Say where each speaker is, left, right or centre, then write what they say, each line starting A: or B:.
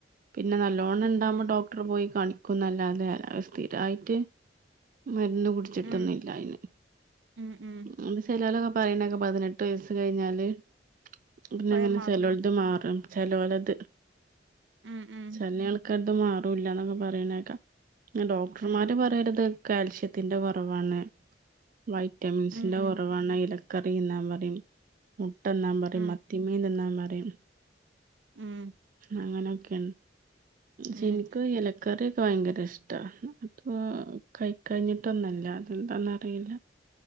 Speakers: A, on the right; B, on the right.
A: പിന്നെ നല്ലോണ്ണം
B: ഉം
A: ഉണ്ടാവുമ്പോ
B: ഉം
A: ഡോക്ടർ പോയി കാണിക്കും ല്ലാതെ അല്ല സ്ഥിരമായിട്ട് മരുന്ന് കുടിച്ചിട്ടൊന്നുംല്ല
B: ഉം
A: അയ്ൻ
B: ഉം ഉം
A: ആഹ് ചിലാലൊക്കെ പറയണൊക്കെ പതിനെട്ട് വയസ്സ് കഴിഞ്ഞാല് പിന്നെ
B: സ്വയം
A: അങ്ങനെ
B: മാറുന്നോ
A: ചിലോലത് മാറും ചലോലത്
B: ഉം ഉം
A: ചൾ- ചലത് മാറില്ലന്നൊക്കെ പറയുന്നേക്കാ ഡോക്ടർമാര്
B: ഉം
A: പറയന്നത് കാൽഷ്യത്തിന്റെ കുറവാണ് വൈറ്റമിൻസിന്റെ
B: ഉം ഉം
A: കുറവാണ് ഇല കറി തിന്നാൻ പറയും മുട്ട തിന്നാൻ പറയും
B: ഉം
A: മത്തിമീൻ തിന്നാൻ പറയും
B: ഉം
A: അങ്ങനെയൊക്കെയൻ
B: ഉം
A: ശനിക്കും ഇലക- കറിയൊക്കെ ഭയങ്കര ഇഷ്ടമാണ് അത് കൈ കഴിഞ്ഞിട്ടൊന്നല്ല അതെന്താണ് അറിയില്ല